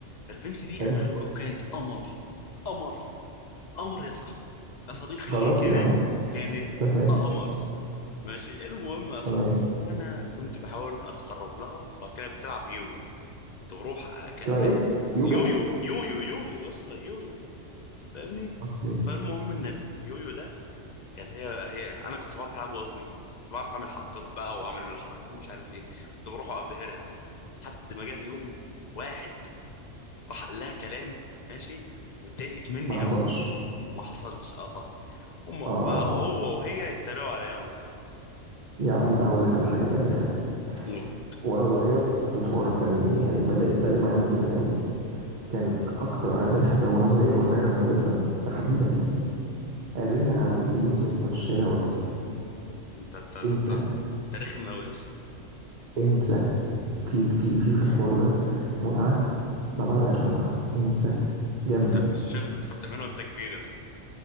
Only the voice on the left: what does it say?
البنت دي
انا ك- كانت قمر قمر قمر يا صاحبي يا صديقي
كانت
كانت
قمر ماشي المهم يا صاحبي
انا كنت بحاول اتقرب لها فكانت بتلعب يويو كنت بروح أ- ك-
كانت
يويو يويو يويو يا اسطى يويو فاهمني
فالمهم ان اليويو ده كانت هي هي انا كنت بعرف العبه قوي كنت بعرف اعمل حركات بقى واعمل الحركه مش عارف ايه كنت بروح ابهرها بقى حد ما جه يوم واحد راح قال لها كلام ماشي واتضايقت مني
قوي
ما حصلش اه طبعا هم
بقى هو وهي يتريقوا عليا وانا صغير
أوه.
انت انت انت
انت رخم قوي يا اسطى
أنت بتع- شكلك لسه بتعمله وانت كبير يا اسطى